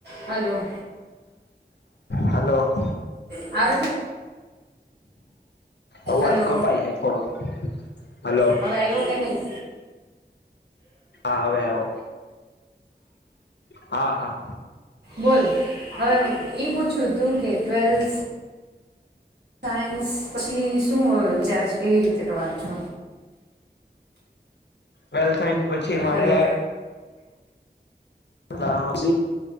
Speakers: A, on the right; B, on the left.
A: Hello.
B: Hello.
A: આવે છે
B: અવાજ
A: હલો
B: કપાઈ જાય થોડો હલો.
A: હવે આવ્યો કે નહીં
B: હા હવે આવ્યો હા હા.
A: બોલ હવે એ પૂછ્યું હતું કે ટ્વેલ્થ સાયન્સ પછી શુંાર કેવી રીતે રવાજ છો
B: વેલ થન્ક પછી મારે
A: હલો
B: <inaudible>